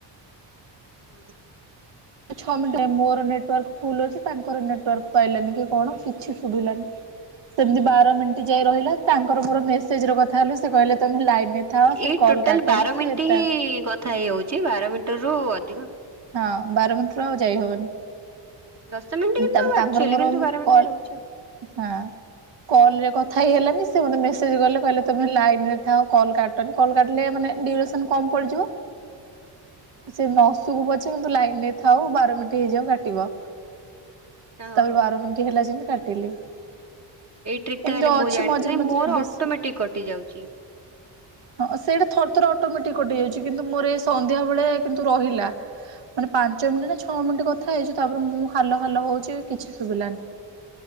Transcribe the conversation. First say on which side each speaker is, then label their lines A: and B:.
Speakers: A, on the right; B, on the right.
A: ହଁ।
B: ଛଅ ମିନିଟ୍ ରେ ମୋର ନେଟୱାର୍କ ଫୁଲ୍ ଅଛି ତାଙ୍କର ନଟ୍ ୱର୍କ ପାଇଲାଣି କି କନା ସେମତି ବାର ମିନିଟ ଯାଇ ରହିଲା ତାଙ୍କର ମୋର ମେସେଜ ର କଥା ହେଲୁ ସେ କହିଲେ ତମେ ଲାଇନରେ ଥାଅ ସେ
A: ଏଇ
B: କଲ୍
A: ଟୋଟାଲ
B: କାଟନି
A: ବାର
B: ସେ
A: ମିନିଟ୍
B: ତା
A: ନି କଥା ହେଇ ହୋଉଛି ତ ଠୁ ଅଧି
B: ହଁ ବାର ମିନିଟ ରୁ ଆଉ ଯାଇ ହବନି।
A: ଦଶ ମିନିଟ୍ କିନ୍ତୁ
B: ତାଙ୍କର
A: ଆକ୍ଚୁଆଲି
B: ମୋର
A: କିନ୍ତୁ ବାର ମିନିଟ୍
B: କଲ
A: ଯାଏ ରହୁଛି ଆଉ।
B: ହୁଁ। କଲ୍ ରେ କଥା
A: ହଁ
B: ହେଇ ହେଲାନି ମେସେଜ ସେ ଗଲେ କହିଲେ ତମେ ଲାଇନ୍ ରେ ଥାଅ କଲ୍ କାଟନି କଲ୍ କାଟିଲେ ମାନେ ଡିରେସନ କମ୍ ପଡ଼ିଯିବ। ସେ ନସୁବୁ ପଛେ କିନ୍ତୁ ଲାଇନ୍ ରେ ଥାଉ ବାର ମିଣ୍ଟି ହେଇଯାଉ କାଟିବ।
A: ହଁ
B: ତାପରେ ବାର ମିଣ୍ଟି ହେଲା ଯେମିତି କାଟିଲି।
A: ଏଇଟ୍ରିକ
B: ଏମିତି
A: ହେଲେ
B: ଅଛି
A: ମୁଁ ଜାଣି
B: ମଝିରେ
A: ନାଇଁ
B: ମଝିରେ
A: ମୋର
B: ବେଶୀ
A: ଅଟମେଟିକ କଟି ଯାଉଚି।
B: ହଁ ସେଇଟା ଥରେ ଥରେ ଅଟ ମେଟିକ୍ କଟି ଯାଉଚି କିନ୍ତୁ ମୋର ଏଇ ସଂନ୍ଧ୍ୟା ବେଳେ କିନ୍ତୁ ରହିଲା ମାନେ ପାଞ୍ଚ ମିଣ୍ଟି ନା ଛଅ ମିଣ୍ଟି କଥା ହେଇଚୁ ତାପରେ ମୁଁ ହାଲ ହାଲ ହଉଚି କିଛି ସୁବିଲାନି।